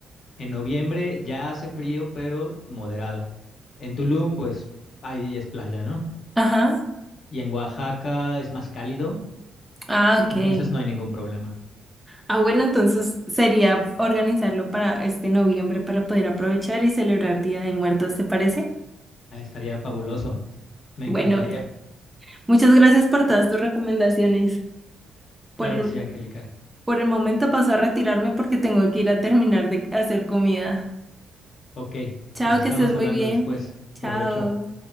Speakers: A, on the left (about 55°); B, in the centre.
A: En noviembre ya hace frío, pero moderado. En Tulum, pues ahí es playa, ¿no?
B: Ajá.
A: Y en Oaxaca es más cálido,
B: Ah, ok.
A: entonces no hay ningún problema.
B: Ah, bueno, entonces sería organizarlo para este noviembre para poder aprovechar y celebrar Día de Muertos, ¿te parece?
A: Ah, Estaría fabuloso. Me
B: Bueno,
A: encantaría.
B: muchas gracias por todas tus recomendaciones. Por
A: Claro
B: el,
A: que sí, Angélica.
B: por el momento paso a retirarme porque tengo que ir a terminar de hacer comida.
A: Ok,
B: Chao,
A: pues estamos
B: que estés muy
A: hablando
B: bien.
A: después.
B: Chao.
A: Provecho.